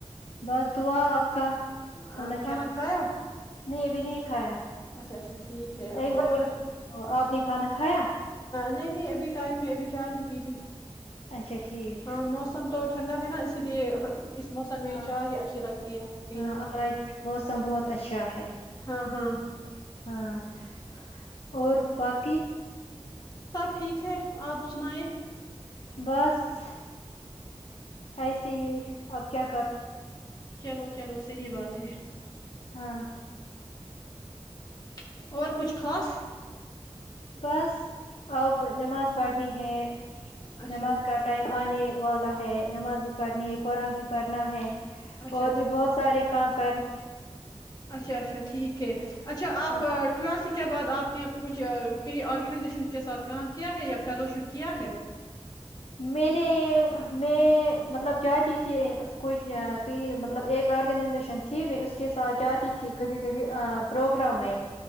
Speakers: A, on the left; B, on the left.
A: بد دعا کا
B: آ،
A: ہونا چاہیے
B: کھانا کھایا
A: نہیں یہ بھی نہیں کھایا
B: اچھا اچھا ٹھیک ہے اور
A: ایک بار ایک نے کھانا کھایا
B: نہیں نہیں ابھی ٹائم میں ابھی چار ہی پی لی
A: اچھا ٹھیک
B: ہاں موسم تو ٹھنڈا ہے نا اسی لیے
A: <inaudible>
B: اس موسم میں چائے ہی اچھی لگتی ہے پینا
A: موسم بہت اچھا ہے
B: ہاں ہاں
A: <inaudible> اور باقی
B: <inaudible> ٹھیک اپ سنائیں
A: <inaudible> بس <inaudible> ایسے ہی اپ کیا
B: <inaudible> چلو چلو صحیح بات ہے
A: ہاں <inaudible>
B: <inaudible> اور کچھ خاص
A: <inaudible> بس اب نماز پڑھتے ہیں
B: اچھا
A: نماز ٹائم ہے <inaudible> والا ہے پڑھنی ہے اور قران بھی پڑھنا ہے <inaudible>
B: اچھا
A: اور
B: اچھا
A: بہت سارے <unintelligible>
B: <inaudible> اچھا ٹھیک ہے <inaudible> اچھا اپ
A: ہاں
B: اس کے بعد آپ نے کچھ کہیں آرگنائزیشن کے ساتھ کام کیا ہے یا فیلو شپ کیا ہے
A: میں نے میں مطلب جاتی تھی کچھ کہئی مطلب ایک آرگنائزیشن تھی میں اس کے ساتھ جاتی تھی کبھی کبھی پروگرام میں